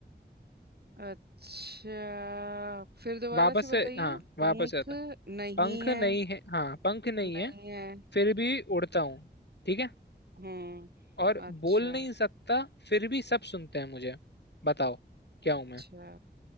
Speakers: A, on the right (about 65°); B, on the left (about 75°).
A: अच्छा फिर दोबारा
B: वापस
A: से बताइए
B: से हाँ वापस
A: पंख
B: से आता
A: नहीं
B: पंख
A: है
B: नहीं है हाँ पंख नहीं
A: नहीं
B: है
A: है
B: फिर भी उड़ता हूँ ठीक है
A: हम्म
B: और
A: अच्छा
B: बोल नहीं सकता फिर भी सब सुनते हैं मुझे बताओ क्या
A: अच्छा
B: हूं मैं